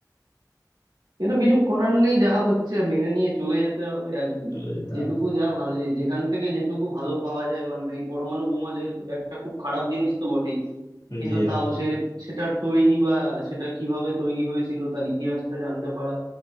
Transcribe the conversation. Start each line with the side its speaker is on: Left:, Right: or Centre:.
Right: কিন্তু কিছু করার নেই যা হচ্ছে মেনে নিয়ে চলে যেতে হবে আর কি
Left: চলে যেতে
Right: যেটুকু
Left: হবে
Right: যা ভালো যেখান থেকে যেটুকু ভালো পাওয়া যায় মানে এই পরমাণু বোমা যেহেতু একটা খুব খারাপ জিনিস তো বটেই কিন্তু
Left: জি
Right: তাও সে সেটা তৈরি বা সেটা কিভাবে তৈরি হয়েছিল তার ইতিহাসটা জানতে পারা